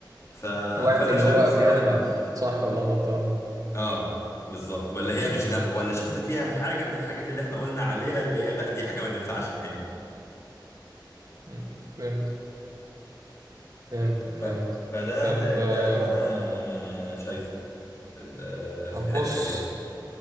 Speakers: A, on the left; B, on the right.
A: ف...
B: واعد
A: فانا
B: اللي
A: شايف
B: هو
A: بصراحة
B: فيها امل صح ولا انا غلطان
A: اه بالظبط ولا هي مش
B: جميل
A: نافعة ولا شفت فيها حاجة من الحاجات اللي احنا قلنا عليها اللي هي لا دي حاجة ما تنفعش نهائي
B: مم، فهمتك فهمتك فهمتك
A: ف... فده
B: طب
A: ال-
B: آه،
A: ده اللي انا شايفه في ال-
B: طب
A: في الحتة
B: بص
A: دي